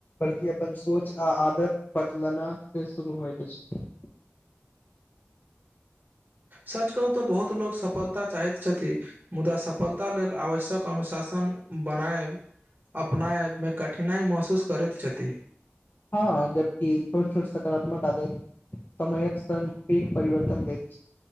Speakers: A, on the left (about 45°); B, on the right (about 40°).
A: बल्कि अपन सोच आ आदत बदलना से शुरू होइत अछि
B: सच कहू तो बहुत लोको सफलता चाहैत छथि मुदा सफलता लेल आवश्यक अनुशासन बनाएब अपनाएव मे कठिनाइ महसूस करैत छथि
A: हँ जबकि छोट छोट सकारात्मक आदार समयक संग ठीक परिवर्तन दै छै